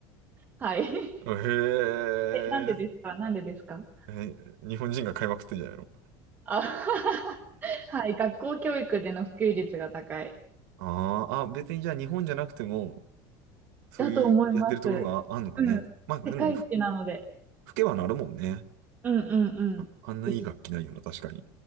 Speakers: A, on the right; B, on the right.
A: はい。<laughs>
B: え
A: え、なんでですかなんでですか
B: ええ日本人が買いまくってんじゃないの
A: あ <laughs> はい。学校教育での普及率が高い。
B: ああー、あ、別にじゃあ日本じゃなくても、そういうやってるところがあんのかね。
A: だと思います。うん。
B: まあでも、
A: 世界一なので。
B: ふ吹けばなるもんね。
A: うんうん
B: あ、
A: うん。
B: あんないい楽器ないよな、
A: です。
B: 確かに。